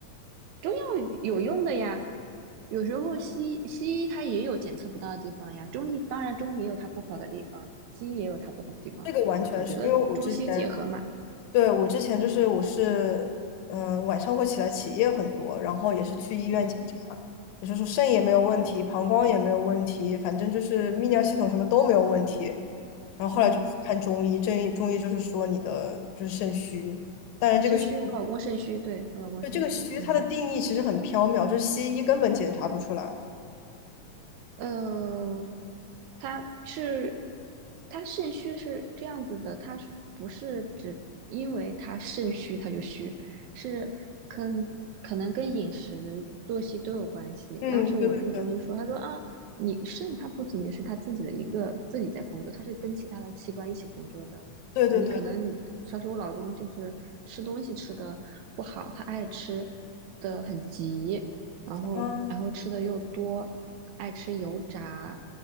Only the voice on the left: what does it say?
<laughs> 这个完全是因为我之前，
对，我之前就是我是，嗯、晚上会起来起夜很多，然后也是去医院检查，
也就是说肾也没有问题，膀胱也没有问题，反正就是泌尿系统什么都没有问题。然后后来就去看中医，
中医中医就是说你的就是肾虚，当然这个虚
就这个虚它的定义其实很缥缈，
就是西医根本检查不出来。
嗯，
对对对
对对对，
嗯，